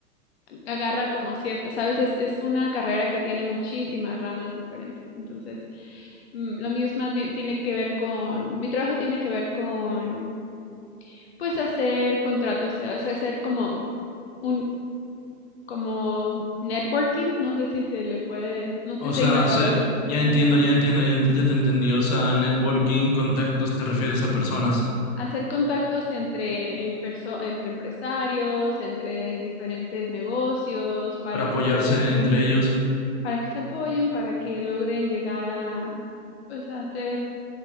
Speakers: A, on the left; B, on the left.
A: agarra como ciertas, ¿sabes? Es, es una carrera que tiene muchísimas ramas diferentes. Entonces, mm, lo mío es más bien, tiene que ver con, mi trabajo tiene que ver con, pues, hacer contratos, o sea, hacer como un, como networking, no sé si se le puede, no sé
B: O
A: si
B: sea,
A: hay una palabra
B: se-
A: en español
B: ya entiendo,
A: a esto.
B: ya entiendo, ya, ent- ya te entendí. O sea, networking, contactos, te refieres a personas
A: Hacer contactos entre, en perso- entre empresarios, entre diferentes negocios, para
B: para apoyarse
A: que puedan
B: entre ellos.
A: para que se apoyen, para que logren llegar a, pues, a hacer